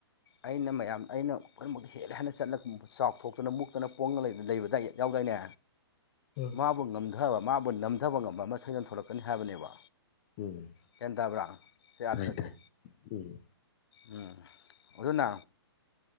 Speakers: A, on the left; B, on the left.
A: ꯑꯩꯅ ꯃꯌꯥꯝ ꯑꯩꯅ ꯄꯨꯝꯅꯃꯛꯇ ꯍꯦꯜꯂ ꯍꯦꯟꯅ ꯆꯠꯂꯒ ꯆꯥꯎꯊꯣꯛꯇꯅ ꯃꯨꯛꯇꯅ ꯄꯣꯡꯉ ꯂꯩꯕꯗꯏ ꯌꯥꯎꯗꯣꯏꯅꯦ
B: ꯎꯝ
A: ꯃꯥꯕꯨ ꯉꯝꯗ ꯃꯥꯕꯨ ꯅꯝꯊꯕ ꯉꯝ ꯂꯛꯀꯅꯤ ꯍꯥꯏꯕꯅꯦꯕ
B: ꯎꯝ
A: ꯍꯌꯥꯦꯟ ꯇꯥꯕ꯭ꯔꯥ ꯁꯤ ꯑꯥꯊꯁꯦ
B: ꯇꯥꯏ ꯇꯥꯏ ꯎꯝ
A: ꯎꯝ ꯑꯗꯨꯅ